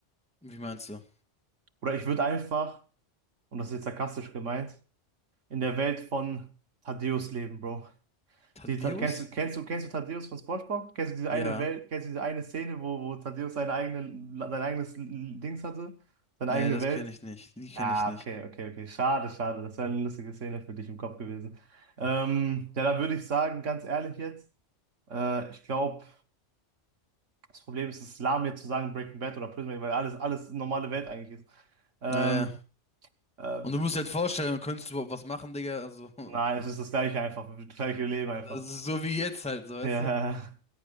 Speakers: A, in the centre; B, on the right.
A: Wie meinst du?
B: Oder ich würde einfach, und das ist jetzt sarkastisch gemeint, in der Welt von Thaddeus leben, Bro.
A: Thaddeus?
B: Die, Ta- kennst du, kennst du, kennst du Thaddeus von SpongeBob? Kennst du diese
A: Ja.
B: eine Welt, kennst du diese eine Szene, wo, wo Thaddeus seine eigene, sein eigenes Dings hatte, seine
A: Nee,
B: eigene
A: das
B: Welt?
A: kenne ich nicht. Die kenne
B: Ah,
A: ich nicht.
B: okay, okay, okay. Schade, schade. Das wäre eine lustige Szene für dich im Kopf gewesen. Ähm, ja, da würde ich sagen, ganz ehrlich jetzt, äh, ich glaube, das Problem ist, es ist lahm jetzt zu sagen Breaking Bad oder Prison Break, weil alles, alles normale Welt eigentlich ist. Ähm,
A: Naja.
B: äh,
A: Und du musst halt vorstellen, könntest du überhaupt was machen, Digga? Also, <laughs>
B: nein, es ist das gleiche einfach, das gleiche Leben einfach.
A: das
B: <laughs>
A: ist so wie jetzt halt, so, weißt
B: Ja,
A: du?